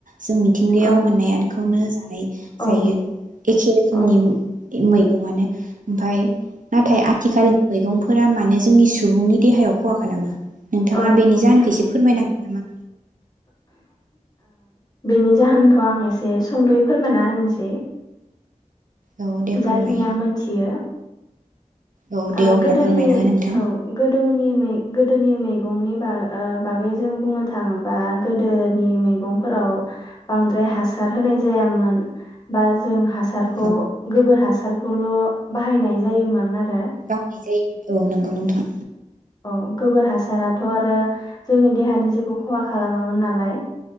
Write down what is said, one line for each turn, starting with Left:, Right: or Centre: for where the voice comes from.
Right: जों मिथिंगायाव
Left: औ
Right: मोननायानोखौनो जानाय जायो
Left: औ
Right: एखे रोखोमनि
Left: औ
Right: मैगं आनो ओमफ्राय नाथाय आथिखाल मैगंफोरा मानो जोंनि सुबुंनि देहायाव खहा खालामो नोंथाङा
Left: औ
Right: बेनि जाहोनखौ
Left: नोंथां
Right: एसे फोरमाय नांगोन नामा
Left: बेनि जाहोनखौ आं एसे सुंदयै फोरमायना होनसै
Right: औ दे फोरमाय
Left: जा खिनि आं मोनथियो
Right: औ दे
Left: आ
Right: अब्ला
Left: गोदोनि
Right: फोरमायना हो नोंथां
Left: औ गोदो गोदोनि मैगंनि बा बागै जों बुंनो थाङोबा गोदो नि मैगंफोराव बांद्राय हासार होनाय जायामोन बा जों सारखौ
Right: औ
Left: गोबोर हा हासारखौल बाहायनाय जायोमोन आरो
Right: बाहायनाय औ नंगौ नोंथां
Left: औ गोबोर हासाराथ आरो जोंनि देहानि जेबो खहा खालामाबो नालाय